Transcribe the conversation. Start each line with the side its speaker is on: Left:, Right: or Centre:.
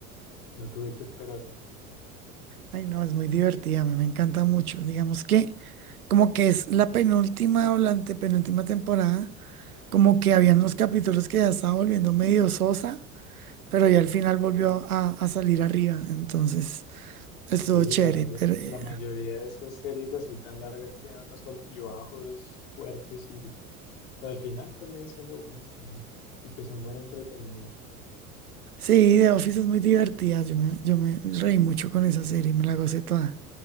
Left: No tuve que esperarlo.
Right: Ay, no, es muy divertida, me, me encanta mucho. Digamos que como que es la penúltima o la antepenúltima temporada, como que habían unos capítulos que ya estaba volviendo medio sosa, pero ya al final volvió a, a salir arriba, entonces
Left: Sí,
Right: estuvo chévere.
Left: la mayo-
Right: Pero, eh,
Left: la mayoría de esas series así tan largas tienen unos altibajos fuertes y pero al final terminan siendo buenos también. Y pues son buen entretenimiento.
Right: sí, The Office es muy divertida, yo me, yo me reí mucho con esa serie, me la gocé toda.